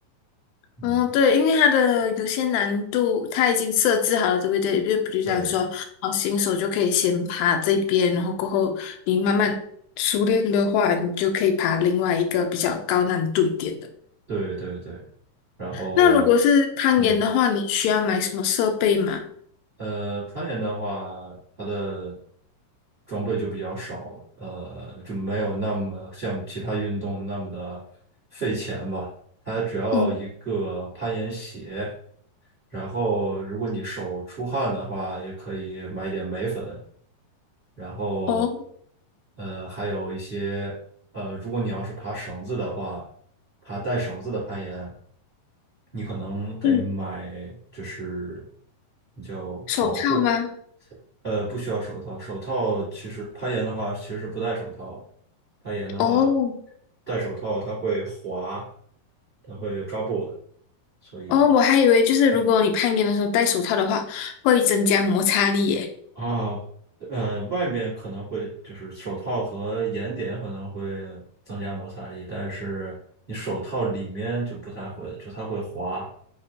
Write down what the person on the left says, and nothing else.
嗯，对，因为它的有些难度，它已经设置好了，对不对？就比如讲说，
哦，新手就可以先爬这边，然后过后你慢慢熟练的话，你就可以爬另外一个比较高难度一点的。
那如果是攀岩的话，
你需要买什么设备吗？
嗯，
哦，
嗯，
手套吗？
哦，
哦，我还以为就是如果你攀岩的时候戴手套的话，
会增加摩擦力耶。